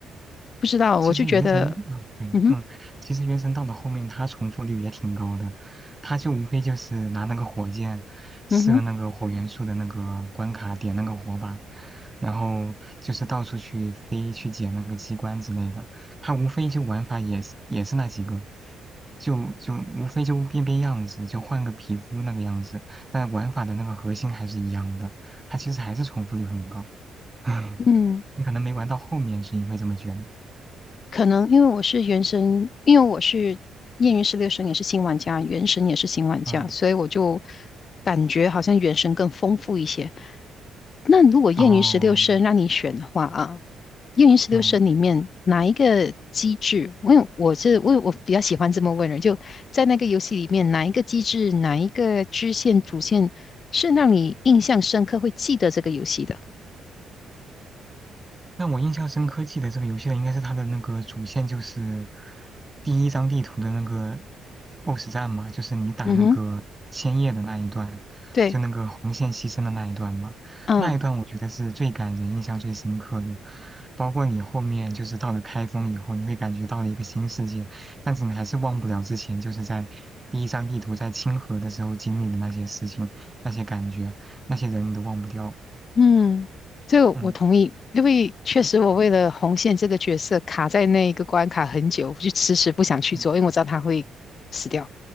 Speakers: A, on the left (about 50°); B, on the right (about 15°).
A: 不知道，
B: 其实原神啊，
A: 我就觉得，
B: 对，
A: 嗯哼，
B: 嗯，其实原神到了后面，它重复率也挺高的，它就无非就是拿那个火箭射那个火元素的那个关卡，
A: 嗯哼，
B: 点那个火把，然后就是到处去飞去捡那个机关之类的，它无非就玩法也是也是那几个，就就无非就变变样子，就换个皮肤那个样子，但玩法的那个核心还是一样的，它其实还是重复率很高，<laughs>
A: 嗯。
B: 你可能没玩到后面，所以会这么觉得，
A: 可能因为我是原神，因为我是《燕云十六神》也是新玩家，《原神》也是新玩家，
B: 嗯。
A: 所以我就感觉好像《原神》更丰富一些。那如果《燕云十六声》让你选的话啊，
B: 哦，
A: 《燕云十六声》里面哪一个机制？
B: 嗯，
A: 因为我是我我比较喜欢这么问人，就在那个游戏里面，哪一个机制，哪一个支线、主线是让你印象深刻，会记得这个游戏的？
B: 那我印象深刻，记得这个游戏的应该是它的那个主线，就是第一张地图的那个 BOSS 战嘛，就是你打那个千叶的那一段，
A: 嗯哼，对，
B: 就那个红线牺牲的那一段嘛。
A: 嗯。
B: 那一段我觉得是最感人、印象最深刻的。包括你后面就是到了开封以后，你会感觉到了一个新世界，但是你还是忘不了之前就是在第一张地图在清河的时候经历的那些事情、那些感觉、那些人，你都忘不掉。
A: 嗯，这个我同意，
B: 嗯。
A: 因为确实我为了红线这个角色卡在那一个关卡很久，我就迟迟不想去做，
B: 嗯
A: 因为我知道他会死掉。